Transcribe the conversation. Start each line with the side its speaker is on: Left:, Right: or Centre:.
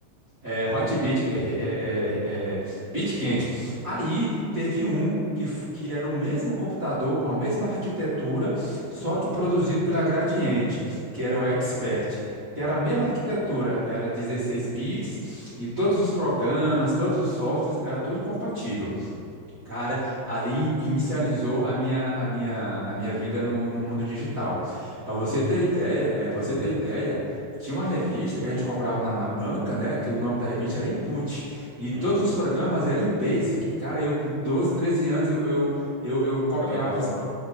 Right: É, hot beat, é, é, é, é, beat quente. Aí teve um que, f- que era o mesmo computador com a mesma arquitetura, só que produzido pela Gradiente, que era o Expert, que
Left: Hum,
Right: era a mesma arquitetura, era 16 bits e todos os programas, todos os softwares, era tudo compatível. Cara, ali inicializou a minha, a minha, a minha vida no, no mundo digital. Para você
Left: foi.
Right: ter ideia, é, para você
Left: Ah,
Right: ter ideia, tinha uma revista que a gente comprava na, na banca, né? Que o nome da revista era Input. E
Left: hum.
Right: todos os programas eram em Basic. Cara, eu com 12, 13 anos, eu, eu, eu, eu copiava
Left: Programava?
Right: os. pro-